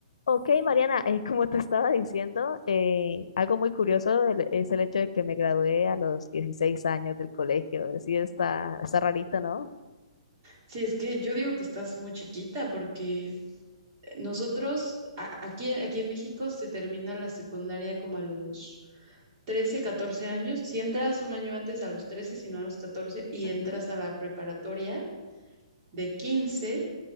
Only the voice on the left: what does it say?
Ok, Mariana, eh, como te estaba diciendo, eh, algo muy curioso del- es el hecho de que me gradué a los dieciséis años del colegio. eh, Sí, está, está rarito, ¿no?
Ujú.